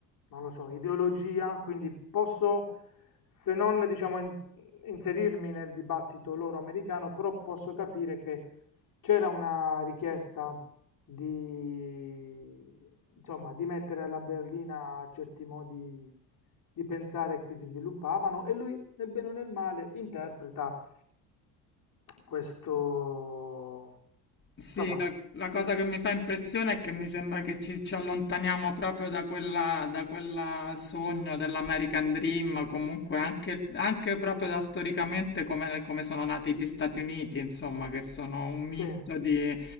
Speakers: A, on the left; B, on the left.
A: lo so, ideologia, quindi posso se non diciamo in- inserirmi nel dibattito loro americano, però posso capire che c'era una richiesta di, insomma, di mettere alla berlina certi modi di pensare che si sviluppavano e lui, nel bene o nel male, interpreta questo,
B: Sì,
A: insomma,
B: la, la cosa che mi fa impressione è che mi sembra che ci, ci allontaniamo proprio da quella, da quella sogno dell'American Dream, comunque anche, anche proprio da storicamente come, come sono nati gli Stati Uniti, insomma, che sono un misto
A: sì.
B: di,